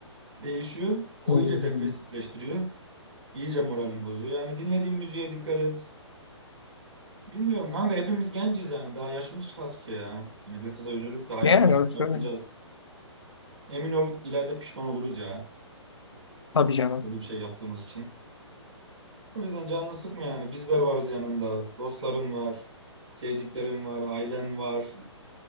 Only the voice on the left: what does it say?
Hmm.
yani öyle
söyle.
Tabii canım.